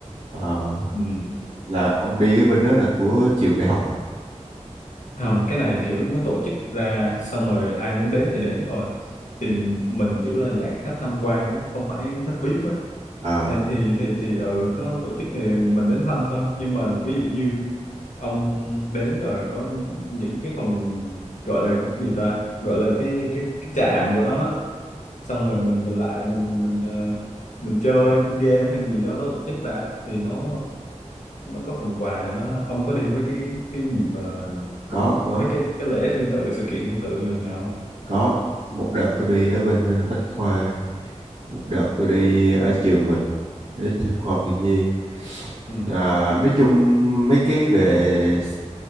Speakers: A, on the right; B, on the left.
A: ờ,
B: ừ.
A: là ông đi ở bên đó là của trường đại học à
B: không cái này kiểu nó tổ chức ra xong rồi ai muốn đến thì đến thôi thì mình kiểu là dạng khách tham quan á, không phải khách VIP á
A: Ờ,
B: nên thì thì thì ừ nó tổ chức thì mình đến thăm thôi nhưng mà ví dụ như ông đến rồi có những cái phần gọi là cái gì ta gọi là cái cái, cái trạm của nó á. xong rồi mình mình lại mình mình ờ, mình chơi game hay gì đó nó tổ chức đã thì nó nó có phần quà cho nó ông có đi mấy cái cái dịp ờ,
A: có có
B: mấy cái cái lễ tương tự sự kiện tương tự nào nào không
A: có một đợt tôi đi ở bên ờ, Bách Khoa một đợt tôi đi ở trường mình ở trường khoa học tự nhiên
B: ừ
A: Ờ, nói chung mấy cái về s-